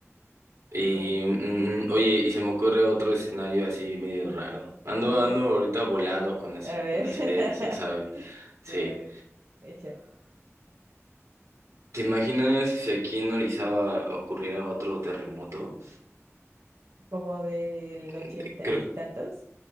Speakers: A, on the right; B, on the right.
A: Y
B: Como,
A: mm,
B: ujú,
A: oye, y se me ocurre otro escenario así medio raro. Ando,
B: a ver.
A: ando ahorita volado con las,
B: A
A: i- con
B: ver.
A: las
B: <laughs>
A: ideas, ya sabes. Sí.
B: Sí, a ver. Hecha.
A: ¿Te imaginas si aquí en Orizaba ocurriera otro terremoto?
B: Como del
A: De-
B: ochenta
A: Creo,
B: y tantos.